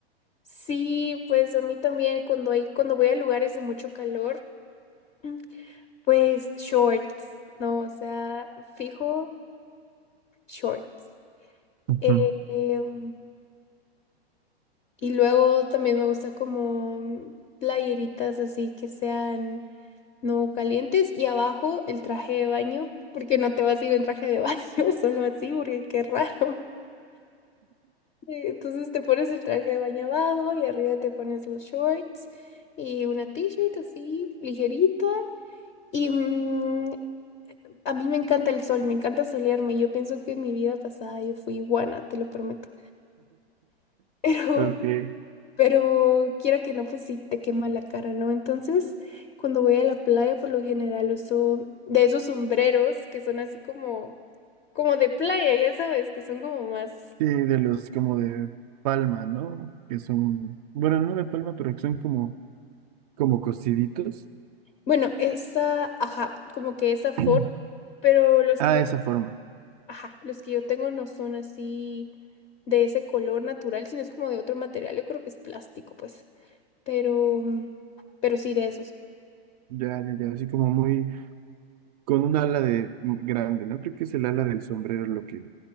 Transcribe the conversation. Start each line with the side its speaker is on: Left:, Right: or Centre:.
Left: sí, pues a mí también cuando hay, cuando voy a lugares de mucho calor, mm, pues shorts, ¿no? O sea, fijo, shorts.
Right: Ujú.
Left: Eh, em, y luego también me gusta como playeritas así que sean no calientes y abajo el traje de baño, porque no te vas a ir en traje de baño <laughs> solo así, porque qué raro. Eh, Entonces te pones el traje de baño abajo y arriba te pones los shorts y una t-shirt así ligerita. Y mm, a mí me encanta el sol, me encanta solearme. Yo pienso que en mi vida pasada yo fui iguana, te lo prometo. <laughs> Pero
Right: Ok.
Left: Pero quiera que no, pues sí te quema la cara, ¿no? Entonces, cuando voy a la playa, por lo general uso de esos sombreros que son así como, como de playa, ya sabes, que son como más...
Right: Sí, de los como de palma, ¿no? Que son, bueno, no de palma, pero que son como, como cosiditos.
Left: Bueno, esa, ajá, como que esa forma,
Right: <clears throat>
Left: pero los
Right: Ah,
Left: que yo,
Right: esa forma.
Left: ajá, los que yo tengo no son así de ese color natural, sino es como de otro material, yo creo que es plástico, pues. Pero, mm, pero sí de esos.
Right: Ya, ya, ya. Así como muy, con un ala de grande, ¿no? Creo que es el ala del sombrero lo que